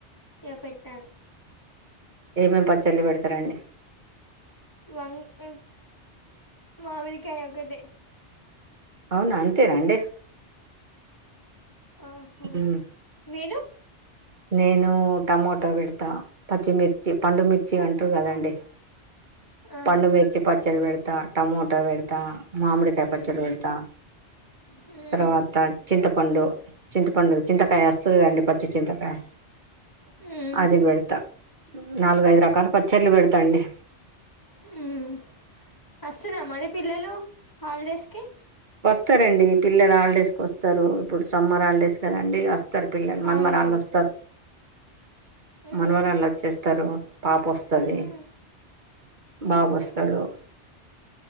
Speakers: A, on the left; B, on the right.
A: ఏపట్టాన్
B: ఏమేమి పచ్చళ్ళు పెడతారండి
A: వంగ్ మామిడి కాయ ఒకట్టే
B: అవునా అంతేనండి
A: ఆహో
B: హ్మ్.
A: మీరు
B: నేను టమోటో పేడ తా పచ్చిమిర్చి పండుమిర్చి అంటారు కదండీ
A: ఆ
B: పన్నుమిర్చి పచ్చరి పెడు తా టమోటో పెడుతా మామిడికాయ
A: మ్మ్
B: పచ్చడి పెడతా
A: మ్మ్
B: తర్వాత చింతపండు చింతపండు చింతకాయ వస్తుందిండి పచ్చి చింతకాయ్ వ్య
A: మ్మ్
B: అది బెడతా నాలుగ ఐదు రకాల పచ్చర్లి పెడతాండి
A: ఉమ్మ్ వస్తునా మరి పిల్లలు హాలిడేస్ కి
B: వస్తారండి పిల్లల హాలిడేస్ కి వస్తారుప్పుడు సమ్మార్ హాలిడేస్ కదండి వస్తారు పిల్లలు మనమరాల
A: అవునవును
B: వస్తారు
A: మ్మ్
B: మనుమరాలు వచ్చేస్తారు పాపొస్తది
A: మ్మ్
B: బాబొస్తడు
A: మ్మ్